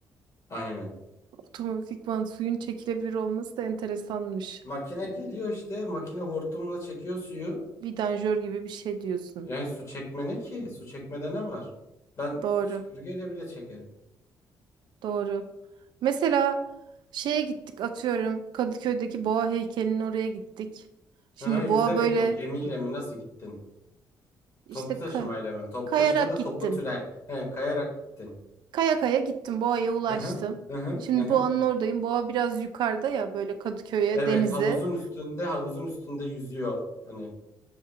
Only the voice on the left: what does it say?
Aynen.
Makine geliyor işte, makine hortumla çekiyor suyu.
Yani su çekme ne ki? Su çekmede ne var? Ben
süpürgeyle bile çekerim.
Aha, yüzerek
mi, gemiyle mi nasıl gittin?
Toplu
taşımayla mı? Toplu
taşıma da
toplu tünel. He, kayarak gittin.
Hı hı. Hı hı.
Hı hı.
Evet,
havuzun üstünde, havuzun üstünde yüzüyor hani.